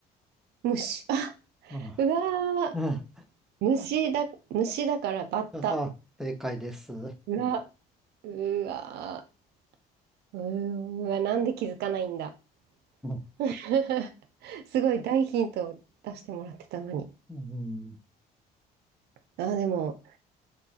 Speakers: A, on the right (about 75°); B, in the centre.
A: 虫。あ、
B: うん。
A: うわー。
B: うん
A: 虫だ、虫だからバッタ。
B: あ、正解です。う
A: うわ、うわー、うーわ、なんで気づかないんだ。
B: ん
A: <laughs> すごい大ヒントを出してもらってたのに。
B: うん、
A: あでも、